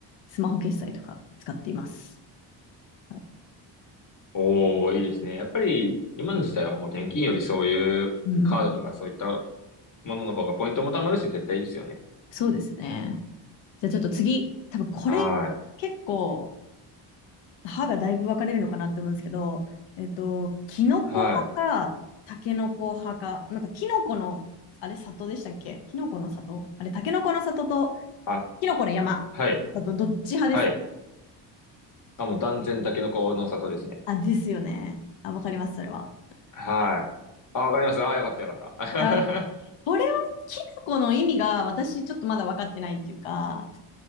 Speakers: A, on the left; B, on the left.
A: スマホ決済とか使っています。はい、
B: おー、いいですね。やっぱり、今の時代はもう現金よりそういうカードとかそういった
A: うん、
B: ものの方がポイントも貯まるし、絶対いいですよね。
A: そうですね。じゃあちょっと次、多分これ
B: はい。
A: 結構歯がだいぶ分かれるのかなって思うんですけど、えっと、キノコ派か、
B: はい。
A: タケノコ派か、なんかキノコの、あれ、里でしたっけキノコの里あれ、タケノコの里と
B: あ、
A: キノコの山だとどっち派ですか
B: はい。はい。あ、もう断然タケノコの里ですね。
A: あ、ですよね。あ、わかります、それは。
B: はい。あ、わかります。あ、よかったよかった。
A: あ、これはキノコの意味が私ちょっとまだ分かってないっていうか、